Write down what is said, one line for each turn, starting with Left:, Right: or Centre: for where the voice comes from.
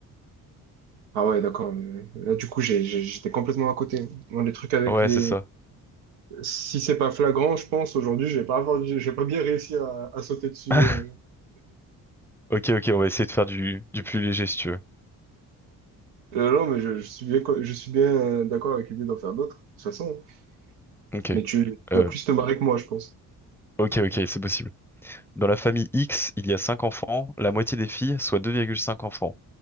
Right: Ah ouais, d'accord. euh, Là du coup j'ai- j'ai- j'étais complètement à côté. Moi les trucs avec
Centre: Ouais,
Right: les.
Centre: c'est ça.
Right: Si c'est pas flagrant, je pense aujourd'hui je vais pas avoir, du- je vais pas bien réussi à, à sauter dessus.
Centre: <laughs>
Right: euh.
Centre: Ok, ok, on va essayer de faire du, du plus léger, si tu veux.
Right: Euh, non mais je, je suis bien, co- je suis bien euh, d'accord avec l'idée d'en faire d'autres de toute façon.
Centre: Ok.
Right: Mais tu, tu
Centre: Euh,
Right: vas plus te marrer que moi, je pense.
Centre: ok, ok, c'est possible. Dans la famille X, il y a 5 enfants, la moitié des filles, soit deux virgule cinq enfants.